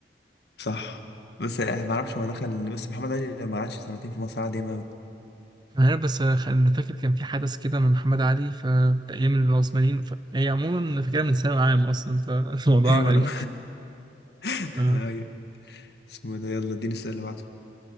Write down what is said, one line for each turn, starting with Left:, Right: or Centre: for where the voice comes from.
Left: صح بس يعني ما بعرفش هو دخل بس محمد علي ما قعدش سنتين في مصر عادي ياما أوي
Right: انا عارف بس خ- انا فاكر كان في حدث كده من محمد علي في ايام العثمانيين ف... هي عموما أنا فاكرها من ثانوي عام اصلا فالموضوع
Left: ايوه
Right: <laughs> غريب
Left: انا <laughs>
Right: تمام
Left: ايوه اسمه ده يلا اديني السؤال اللي بعده